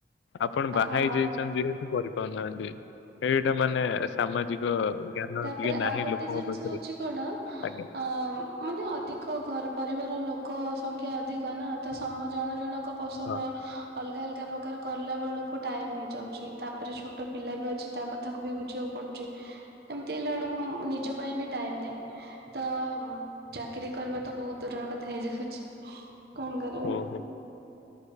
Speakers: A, on the left; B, on the right.
A: ଆପଣ ବାହା
B: ହଁ
A: ହେଇ ଯାଇଛନ୍ତି ଯେହେତୁ କରିପାରୁନାହାନ୍ତି। ଏଇଟା ମାନେ ସାମାଜିକ ଜ୍ଞାନ
B: ତାପରେ
A: ଟିକେ ନାହିଁ
B: ଆଉ ଗୋଟେ
A: ଲୋକଙ୍କ
B: ଜିନିଷ
A: ପାଖରେ।
B: ହଉଛି କଣ
A: ଆଜ୍ଞା
B: ଅ ମାନେ ଅଧିକ ଘର ପରିବାର ଲୋକ ସଂଖ୍ୟା ଅଧିକ ନା ତ ସମ ଜଣ ଜଣ ପସନ୍ଦ
A: ହଁ
B: ଅଲଗା ଅଲଗା ପ୍ରକାର କଲା ବେଳକୁ କୁ ଟାଇମ ହେଇଯାଉଛି ତାପରେ ଛୋଟ ପିଲା ବି ଅଛି ତା କଥା କୁ ବି ବୁଝିବାକୁ ପଡୁଛି। ଏମିତି ହେଲା ବେଳକୁ ନିଜ ପାଇଁ ବି ଟାଇମ ନାହିଁ। ତ ଚାକିରୀ କରିବା ତ ବହୁତ ଦୂରର କଥା ହେଇଯାଉଛି କଣ କର
A: ଓହୋ।